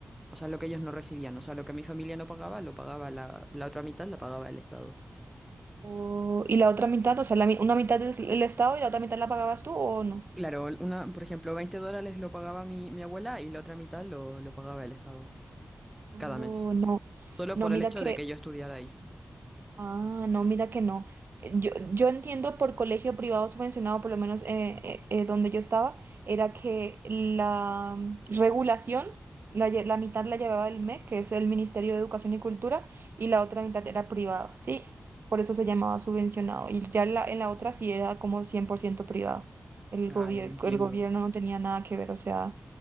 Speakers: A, in the centre; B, on the right.
A: o sea, lo que ellos no recibían. O sea, lo que mi familia no pagaba, lo pagaba la, la otra mitad, la pagaba el Estado.
B: O- y la otra mitad, o sea, la mi- una mitad del, el Estado y la otra mitad la pagabas tú o no.
A: Claro, una, por ejemplo, 20 dólares lo pagaba mi, mi abuela y la otra mitad lo, lo pagaba el Estado
B: Oh,
A: cada mes.
B: no.
A: Solo
B: No,
A: por
B: mira
A: el hecho
B: que
A: de que yo estudiara ahí.
B: Ah, no, mira que no. Eh, Yo, yo entiendo por colegio privado subvencionado, por lo menos eh, eh, eh, donde yo estaba, era que la mm, regulación, la, lle- la mitad la llevaba el MEC, que es el Ministerio de Educación y Cultura, y la otra mitad era privada, ¿sí? Por eso se llamaba subvencionado. Y ya en la, en la otra sí era como 100% privado. El
A: Ah,
B: gobierno,
A: ya entiendo.
B: el gobierno no tenía nada que ver, o sea,